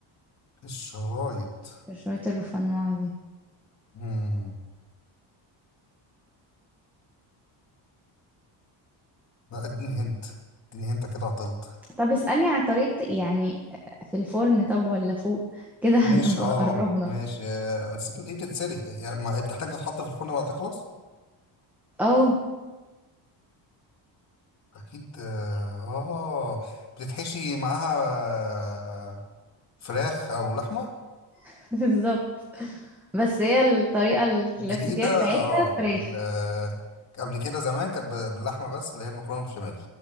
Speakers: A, on the left; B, in the centre.
A: الشرايط
B: الشرايط الرفنوعة دي
A: مم. لا اديني هنت اديني هنت كده عطلت
B: طب اسألني عن طريقة يعني في الفرن طب ولا فوق كده <laughs> هنبقى
A: ماشي اه
B: قربنا
A: ماشي آه، بس انت دي بتتسلق يعني ما- بتحتاج تتحط في الفرن بعد تخلص
B: اه
A: اكيد اه آه. بتتحشي معاها آه، فراخ او لحمة
B: <laughs> بالظبط بس هي الطريقة الكلاسيكية
A: جديدة اه
B: بتاعتها فراخ
A: ال- قبل كده زمان كانت ب- باللحمة بس اللي هي المكرونة بالبشاميل